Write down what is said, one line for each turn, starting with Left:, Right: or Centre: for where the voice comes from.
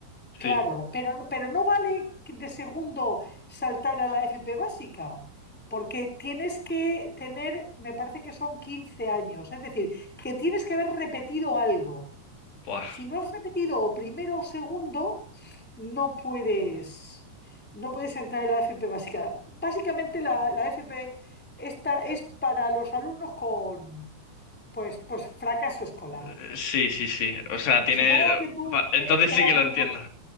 Centre: Claro,
Left: Sí,
Centre: pero, pero no vale que de segundo saltar a la FP básica, porque tienes que tener, me parece que son 15 años, es decir, que tienes que haber repetido algo.
Left: buah.
Centre: Si no has repetido o primero o segundo, no puedes, no puedes entrar en la FP básica. Básicamente la, la FP esta es para los alumnos con pues, pues fracaso escolar.
Left: Eh, Sí, sí, sí. O sea, tiene.
Centre: Supongo
Left: eh,
Centre: que tú
Left: va, Entonces
Centre: eh, eras
Left: sí que
Centre: muy
Left: lo entiendo.
Centre: bueno